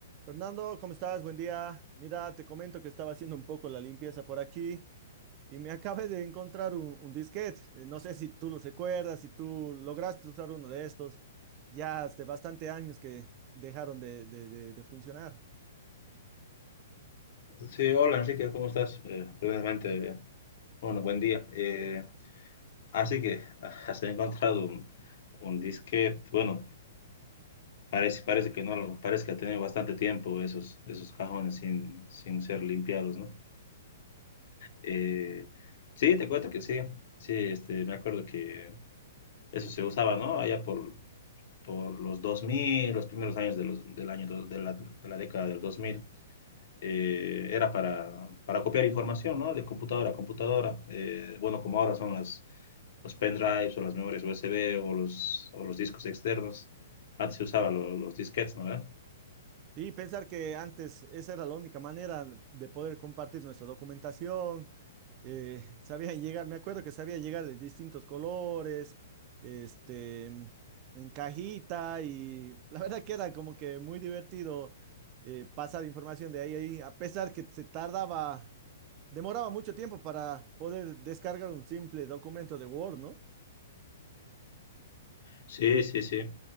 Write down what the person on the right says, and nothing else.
Fernando, ¿cómo estás? Buen día. Mira, te comento que estaba haciendo un poco la limpieza por aquí y me <laughs> acabé de encontrar un, un disquete. Eh, No sé si tú lo recuerdas, si tú lograste usar uno de estos. Ya hace bastante años que dejaron de, de- de- de funcionar.
Sí, pensar que antes esa era la única manera de poder compartir nuestra documentación, eh, <laughs> sabían llegar, me acuerdo que sabía llegar de distintos colores, este, en cajita y la verdad que era como que muy divertido eh, pasar información de ahí a ahí, a pesar que se tardaba, demoraba mucho tiempo para poder descargar un simple documento de Word, ¿no?